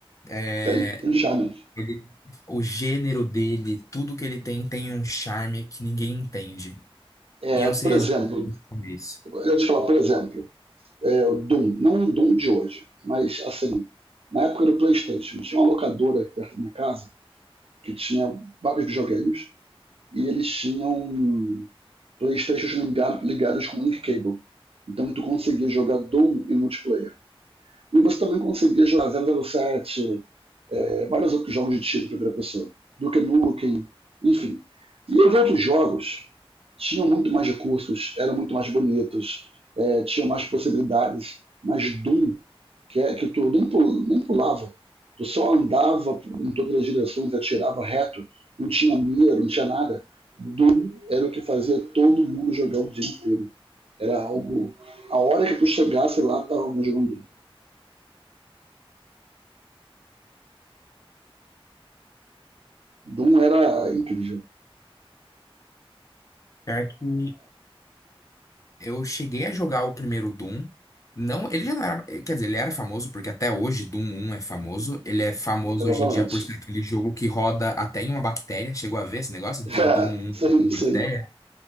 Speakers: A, on the left (about 35°); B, on the right (about 75°).
A: É,
B: tem, tem charme.
A: ele- o gênero dele, tudo que ele tem, tem um charme que ninguém entende.
B: É,
A: E eu
B: por
A: sei
B: exemplo,
A: exatamente como é isso.
B: eu ia te falar, por exemplo, é, o Doom, não o Doom de hoje, mas assim, na época do PlayStation, tinha uma locadora aí perto da minha casa que tinha vários videogames e eles tinham PlayStations ligado- ligados com link cable. Então tu conseguia jogar Doom em multiplayer. E você também conseguia jogar zero zero sete. é, vários outros jogos de tiro em primeira pessoa, Duke Nukem, enfim. E os outros jogos tinham muito mais recursos, eram muito mais bonitos, é, tinham mais possibilidades, mas Doom, que, é, que tu nem, pul, nem pulava, tu só andava em todas as direções, atirava reto, não tinha mira, não tinha nada. Doom era o que fazia todo mundo jogar o dia inteiro. Era algo. A hora que tu chegasse lá, tava jogando Doom. Doom era incrível.
A: Pior que Eu cheguei a jogar o primeiro Doom. Não, ele já não era, eh, quer dizer, ele era famoso porque até hoje Doom um é famoso. Ele é famoso
B: Exatamente.
A: hoje em dia por ser aquele jogo que roda até em uma bactéria. Chegou a ver esse negócio
B: <laughs>
A: de Doom
B: É,
A: 1
B: sim,
A: em
B: sim,
A: bactéria?